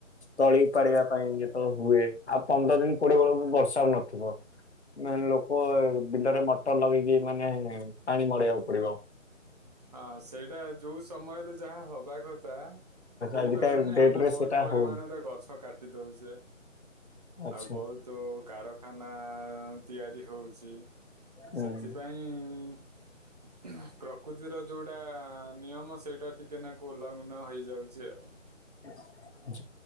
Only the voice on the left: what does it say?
ତଳି ଓପାଡିବା ପାଇଁ ଯେତବେଳେ ହୁଏ ଆଉ ପନ୍ଦର ଦିନ କୋଡିଏ ବେଳ ବର୍ଷା ହଉ ନଥିବ ମାନେ ଲୋକ ବିଲରେ ମଟର ଲଗେଇକି ମାନେ ପାଣି ମଡେଇବାକୁ ପଡିବ।
ଆଜିକା ଡେଟ
ରେ
ସେଟା
ହଉନି
<unintelligible>
ହୁଁ।
ହ <unintelligible>